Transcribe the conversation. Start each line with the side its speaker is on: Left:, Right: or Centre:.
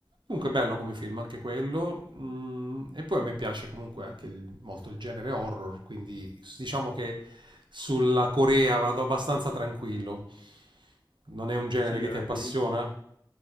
Right: comunque bello come film, anche quello. Mm, e poi a me piace comunque anche il- molto il genere horror, quindi s- diciamo che sulla Corea vado abbastanza tranquillo. Non è un
Left: Ah,
Right: genere
Left: Sì,
Right: che
Left: è
Right: ti appassiona?
Left: lì.